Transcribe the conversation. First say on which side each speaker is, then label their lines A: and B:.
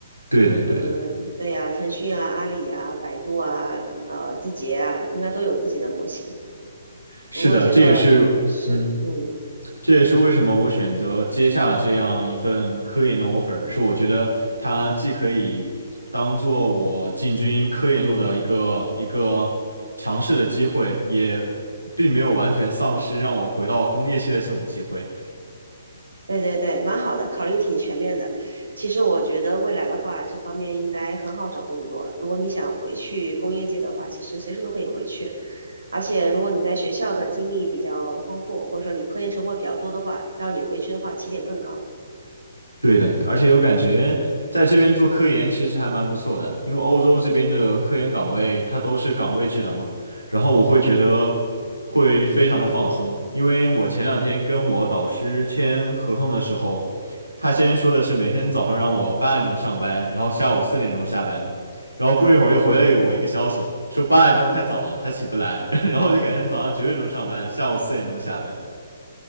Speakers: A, on the right (about 80°); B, on the right (about 70°).
A: 对的，对的，
B: 嗯，对呀，腾讯啊、阿里啊、百度啊、呃、字节啊，应该都有自己的模型。
A: 是的，
B: 不过这个是，
A: 这也是，嗯。
B: 嗯，
A: 这也是为什么我选择接下了这样一份科研的 offer，是我觉得它既可以当做我进军科研路的一个一个尝试的机会，也并没有完全丧失让我回到工业界的这种机会。
B: 对对对，蛮好的，考虑挺全面的。其实我觉得未来的话，这方面应该很好找工作。如果你想回去工业界的话，其实随时都可以回去。而且如果你在学校的经历比较丰富，或者说你科研成果比较多的话，到时候你回去的话起点更高。
A: 对的，而且有感觉在这边做科研其实还蛮不错的，因为欧洲这边的科研岗位它都是岗位制的嘛，然后我会觉得会非常的放松，因为我前两天跟我导师签合同的时候，他先说的是每天早上让我八点钟上班，然后下午四点钟下班，然后过一会儿又回了我一个消息说八点钟太早了，
B: 嗯，
A: 他起不来，<laughs> 然后就改成早上九点钟上班，下午四点钟下班。